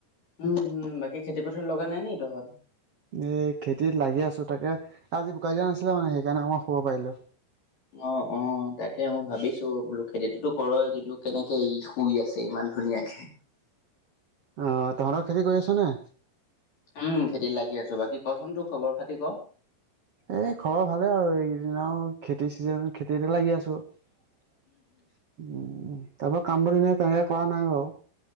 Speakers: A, on the left (about 50°); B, on the right (about 65°).
A: উম হুম, বাকী খেতি পথাৰ লগা নাই নি তহঁত?
B: এই খেতিত লাগি আছো তাকে, আজি বোকা দিয়া নাছিলে মানে সেইকাৰণে মই শুব পাৰিলো।
A: অ'-অ' তাকে মই ভাবিছো বোলো, খেতিটোতো কৰয়ই কিন্তু কেনেকে ই শুই আছে ইমান ধুনীয়াকে।
B: অ' তহঁতৰ খেতি কৰি আছ নে?
A: উম খেতিত লাগি আছো। বাকী কচোন তোৰ খবৰ খাতি ক'?
B: এ' খবৰ ভালে আৰু এইকেইদিন আৰু খেতিৰ চিজন খেতিতে লাগি আছো। উ'ম তাৰপৰা কামব এনে তেনেকে কৰা নাই বাৰু।